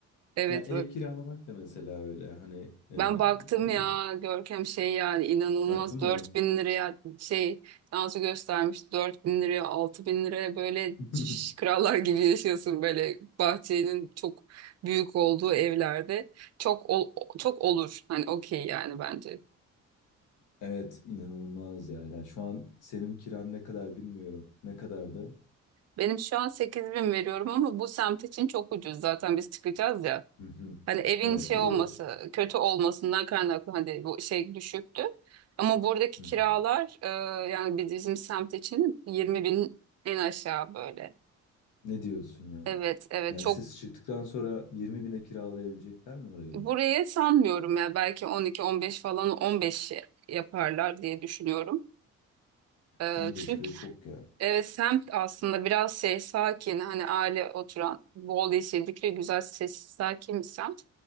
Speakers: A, on the right; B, on the left.
A: Evet
B: Ya ev
A: bak.
B: kiralamak da mesela öyle hani e,
A: Ben baktım
B: e,
A: ya Görkem şey yani inanılmaz
B: baktın mı?
A: dört bin liraya şey dansı göstermiş 4000 liraya 6000 liraya böyle
B: <laughs>
A: şş, krallar gibi yaşıyorsun böyle bahçenin çok büyük olduğu evlerde çok ol- çok olur hani okey yani bence.
B: Evet inanılmaz ya. Yani şu an senin kiran ne kadar bilmiyorum. Ne kadardı?
A: Benim şu an 8000 veriyorum ama bu semt için çok ucuz zaten biz çıkacağız ya.
B: Hı hı.
A: Hani evin
B: Evet
A: şey
B: bir
A: olması,
B: de
A: kötü olmasından kaynaklı hani bu şey düşüktü. Ama buradaki
B: Hı
A: kiralar
B: hı.
A: e, yani bizim semt için 20 bin en aşağı böyle.
B: Ne diyorsun ya?
A: Evet, evet
B: Yani
A: çok
B: siz çıktıktan sonra 20 bine kiralayabilecekler mi orayı?
A: buraya sanmıyorum ya belki 12-15 falan 15 yaparlar diye düşünüyorum. E,
B: 15 bile çok ya.
A: Evet semt aslında biraz şey sakin hani aile oturan bol yeşillikle güzel sessiz sakin bir semt.